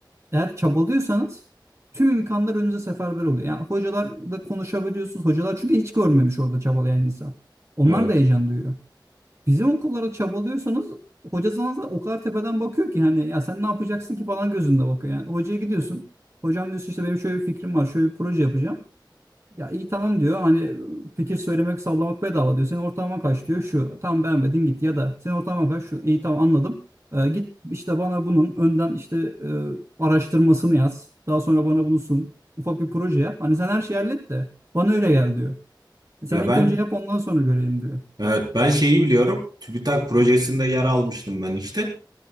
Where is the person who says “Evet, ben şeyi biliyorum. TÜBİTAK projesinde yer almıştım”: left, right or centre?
Right